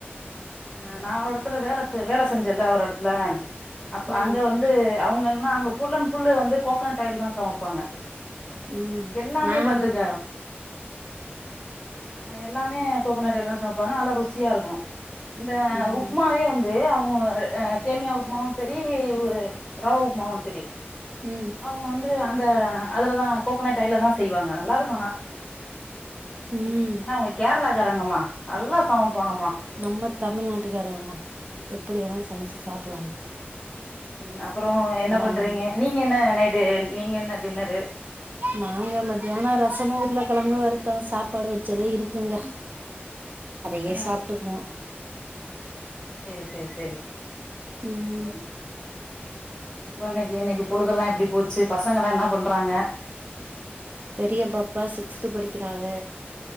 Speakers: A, on the left (about 20°); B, on the right (about 45°).
A: அ நா ஒரு இடத்துல வேலை வேலை செஞ்சேல ஒரு இடத்துல அப்ப
B: ம்
A: அங்க வந்து ந்து அவுங்க என்ன அங்க ஃபுல் அண் ஃபுல் வந்து கோக்னட் ஆயில் தா சமைப்பாங்க
B: ம்
A: எல்லாமே
B: நானும்
A: பாத்துக்க எல்லாமே கோக்னட் ஆயில்லதா சமைப்பாங்க நல்லா ருசியா இருக்கு இந்த
B: ம்
A: உப்புமாவே வந்து அவுங்க சேமியா உப்புமாவு செரி ஒரு ரவ உப்மாவு செரி
B: ம்
A: அவுங்க வந்து அந்த அதுல தா கோக்கனட் ஆயில்லதா செய்வாங்க நல்லாருக்கு ஆனா
B: ம்
A: ஆனா அவுங்க கேரளாகாரங்கம்மா நல்லா சமைப்பாங்கம்மா
B: நம்ம தமிழ்நாட்டுகாரவுங்கமா எப்படி வேணாலு சமைச்சு சாப்புலாமா
A: ம் அப்புறோ என்ன பண்றீங்க
B: இல்லாமா
A: நீங்க என்ன நைட்டு நீங்க என்ன டின்னரு
B: நாங்க மதியான ரசமு உருளைக்கிழங்கு வறுத்தோ சாப்பாடு வச்சதே இருக்குங்க அதையே
A: ஆ
B: சாப்ட்டுக்குவோ
A: சேர் சேர் செரி
B: ம்
A: அப்பறம் இன்னைக்கு இன்னைக்கு பொழுதெல்லாம் எப்டி போச்சு பசங்கல்லாம் என்ன பண்றாங்க
B: பெரிய பாப்பா சிக்ஸ்து படிக்கிறாக